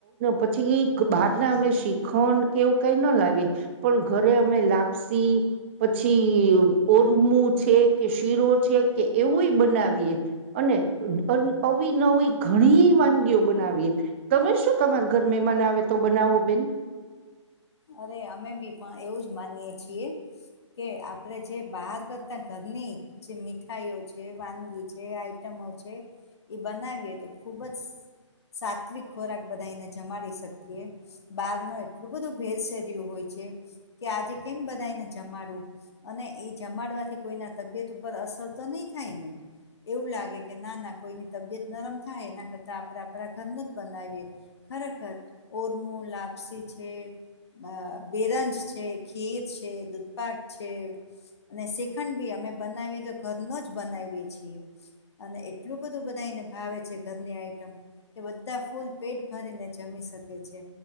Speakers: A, on the right; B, on the left.
A: પછી બહાર ના અમે શીખણ કે એવું કઈ ન લાવીએ પણ ઘરે અમે લાપસી પછી ઓરમું છે કે શીરો છે કે એવુંય બનાવીએ અને અ ન ઘણી વાનગીઓ બનાવીએ તમે શું તમારા ઘર મમાન આવે તો બનાવો બેન.
B: અરે અમે બી પણ એવું જ માનીએે છીએ. કે આપડે જે બહાર કરતા ઘરની જે મીઠાઈઓ છે વાનગી છે આઈટમ એ બનાવીએ તો ખુબ જ સાત્વિક ખોરાક બધાને જમાડી શકીએ બાર નો એટલું બધું ભેરસે રહ્યું હોય છે કે આજે કેમ બધને જમાડું અને એ જમાડવાથી કોઈના તબિયત ઉપર અસર તો નહી થાય ને એવું લાગે કે ના ના કોઈની તબિયત નરમ થાય એના કરતા આપણે આપણા ઘર ન બનાવીએ. ખરેખર ઓરમું લાપસી છે. અ બેરંજ છે ખીર છે દૂધપક છે. અને શ્રીખંડ ભી અમે બનાવીએ તો ઘરનો જ બનાવીએ છીએ. અને એટલું બધું બધા એને ભાવે છે ઘરની આઈટમ એ બધા ફૂલ પેટ ભરીને જમી શકે છે